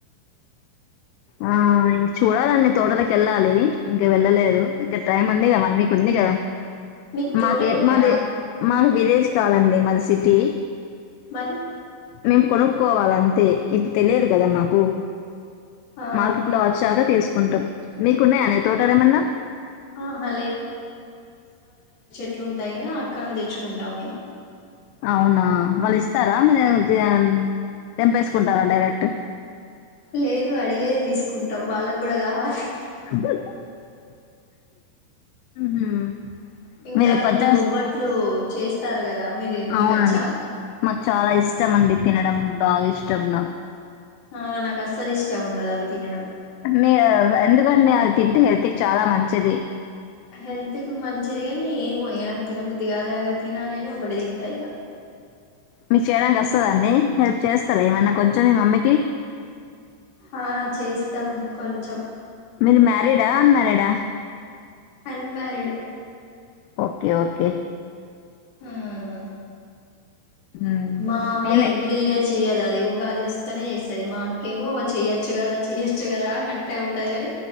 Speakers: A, on the left; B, on the left.
A: ఆ ఇం చూడాలండి తోటలకి వెళ్ళాలి ఇంక వెళ్ళలేదు ఇంకా టైం ఉంది కదా మీకు ఉంది కదా
B: మీకు తోటలు
A: మాకే
B: ఉన్నాయా
A: మాది మాకు విలేజ్ కాదండి, మాది సిటీ
B: మరీ
A: మేము కొనుక్కోవాలంతే ఇది తెలియదు కదా మాకు
B: ఆహా
A: మార్కెట్ లో వచ్చాక తీసుకు కుంటాం మీకున్నాయానే తోటలు ఏమన్నా?
B: ఆహా అట్లు ఉంటాయి కదా అక్కడ నుంచి తెచ్చుకుంటాం మేము
A: అవునా వాళ్లు ఇస్తారా మీరు ఏమన్నా తీయన్ తెంపేసుకుంటారా డైరెక్ట్
B: లేదు అడిగే తీసుకుంటాం వాళ్లకి గూడా కావాలే
A: <unintelligible> మ్మ్.
B: ఇంకా
A: మీరు
B: ఆ
A: పచ్చ
B: రోజు బొబ్బట్లు చేస్తారు కదా మీరు మీకు
A: అవునండి
B: వచ్చా
A: మాకు చాలా ఇష్టం అండి తినడం బాగా ఇష్టం నాకు.
B: అవునా నాకు అస్సలు ఇష్టం ఉండదు అవి తినడం
A: మీరు ఎందుకండి అవి తింటే హెల్త్ కి చాలా మంచిది.
B: హెల్త్‌కు మంచిది గనీ ఏవో ఇగ నాకు తినబుద్ది గాదు గాద ఇగ తినాలని ఒకటి తింటా ఇగ.
A: మీకు చేయడానికి వస్తదాండి హెల్ప్ చేస్తారా ఏమన్నా కొంచెం మీ మమ్మీకి.
B: ఆహ్ చేస్తాం కొంచెం
A: మీరు మ్యారిడా, అన్‌మ్యారిడా?
B: అన్‌మ్యారిడ్.
A: Okay okay.
B: హ్మ్మ్
A: మ్మ్.
B: మా అమ్మ
A: నేనే
B: ఎవ్రీ ఇయర్ చేయదది. ది ఉగాది వస్ స్తనే చేస్తాది మా అక్కెమో చెయ్యద్. వచ్చు గదా చేయచ్చు గదా అని అంటే ఉంటది గానీ